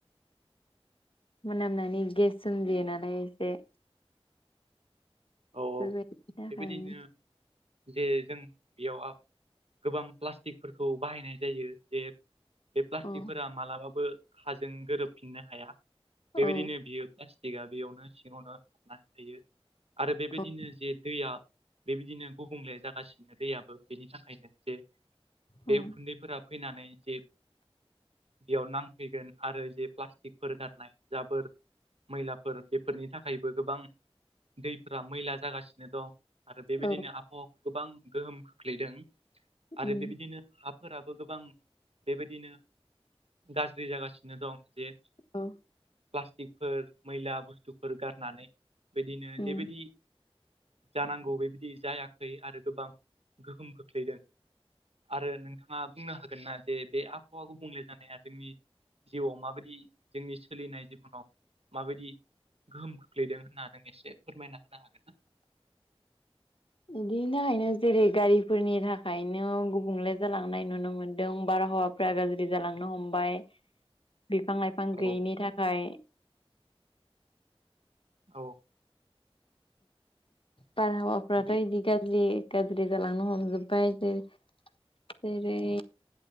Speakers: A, on the left; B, on the right.
A: मोनामनानै गेस सोमजियो नालाय एसे
B: औ
A: बेफोरबायदिनि
B: औ
A: थाखायनो
B: बेबायदिनो जे जों बेयाव गोबां प्लास्टिकफोरखौ बाहायनाय जायो जे बे प्लास्टिकफोरा
A: औ
B: मालाबाबो हाजों गोरोबफिननो हाया बेबायदिनो
A: औ
B: बियो प्लास्टिकआ बेयावनो सिङावनो हाबनानै थायो आरो बेबायदिनो
A: औ
B: जे दैया बेबायदिनो गुबुंले जागासिनो दैयाबो बेनि थाखायनो जे बे
A: उम
B: उखुन्दैफोरा फैनानै जे बेयाव नांफैगोन आरो ज प्लास्टिकफोर गारनाय जाबोर मैलाफोर बेफोरनि थाखायबो गोबां दैफोरा मैला जागासिनो दं आरो बेबायदिनो
A: औ
B: आबहावा गोबां गोहोम खोख्लैदों
A: उम
B: आरो बेबायदिनो हा फोराबो गोबां बेबायदिनो गाज्रि जागासिनो दं जे
A: औ।
B: प्लास्टिकफोर मैला बुस्थुफोर गारनानै बिदिनो
A: उम
B: जेबायदि जानांगौ बेबायदि जायाखै आरो गोबां गोहोम खोख्लैदों। आरो नोंथाङा बुंनो हागोन ना जे बे आबहावा गुबुंले जानाया जोंनि जिउआव माबायदि जोंनि सोलिनाय जिबनाव माबायदि गोहोम खोख्लैदों होनना नों एसे फोरमायना होनो हागोन ना?
A: बिदिनि थाखायनो जेरै गारिफोरनि थाखायनो गुबुंले जालांनाय नुनो मोन्दों बारहावा फ्रा गाज्रि जालांनो हमबाय
B: <inaudible>
A: बिफां लाइफां
B: औ
A: गैयिनि थाखाय
B: औ।
A: बारहावाफ्राथ'
B: बे
A: बिदि गाज्रि गाज्रि जालांनो हमजोबबाय जेजेरै